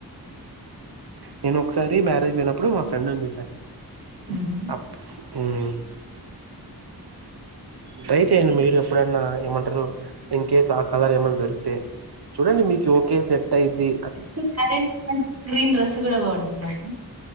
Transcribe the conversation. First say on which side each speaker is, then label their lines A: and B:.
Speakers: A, on the right (about 75°); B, on the right (about 40°).
A: నేను ఒకసారి మ్యారేజ్ పోయినప్ ప్పుడు మా ఫ్రెండును చూసాను
B: హుహు.
A: అప్ ఉమ్ ట్రై చెయండి మీరు ఎప్పుడన్నా ఏమంటారు ఇన్ కేస్ ఆ కలర్ ఏమన్నా దొరికితే చూడండి మీకు ఒకే సెట్ అయిది
B: <unintelligible> గ్రీన్ డ్రెస్ కూడా బాగుంటుందండి